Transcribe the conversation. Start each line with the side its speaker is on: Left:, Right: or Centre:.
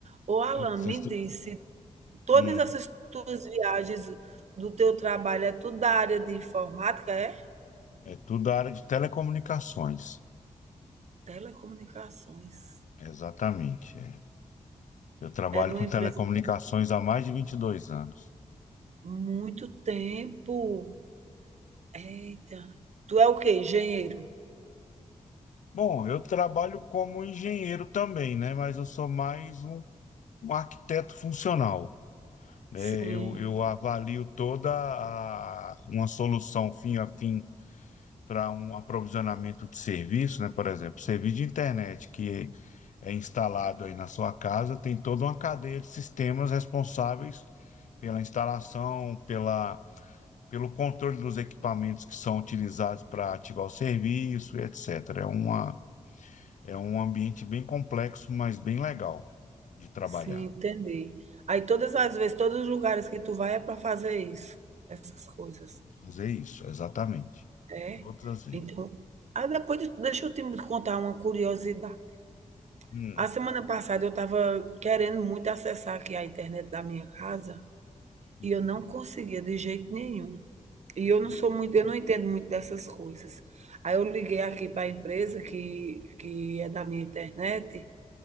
Right: Ô, Alan,
Left: Cê-
Right: me
Left: cês tu-
Right: disse, Todas
Left: hum,
Right: essas tuas viagens do teu trabalho é tudo da área de informática, é?
Left: é tudo da área de telecomunicações.
Right: Telecomunicações.
Left: Exatamente, é. Eu trabalho
Right: É de uma
Left: com
Right: empresa
Left: telecomunicações
Right: que tem
Left: há mais de 22 anos.
Right: muito tempo. Eita. Tu é o quê? Engenheiro?
Left: Bom, eu trabalho como engenheiro também, né? Mas eu sou mais um, um arquiteto funcional, né?
Right: Sim,
Left: Eu, eu avalio toda a, uma solução fim a fim para um aprovisionamento de serviço, né? Por exemplo, serviço de internet que é instalado aí na sua casa tem toda uma cadeia de sistemas responsáveis pela instalação, pela, pelo controle dos equipamentos que são utilizados para ativar o serviço, etc. É uma é um ambiente bem complexo, mas bem legal de trabalhar.
Right: sim, entendi. Aí todas as vezes, todos os lugares que tu vai é para fazer isso, essas coisas.
Left: Fazer isso, exatamente.
Right: É?
Left: Todas as vezes.
Right: Então, ah, depois de- deixa eu te contar uma curiosidade.
Left: Hum,
Right: A semana passada eu estava querendo muito acessar aqui a internet da minha casa
Left: uhum,
Right: e eu não conseguia de jeito nenhum. E eu não
Left: uhum,
Right: sou muito, eu não entendo muito dessas coisas. Aí eu liguei aqui para a empresa que, que é da minha internet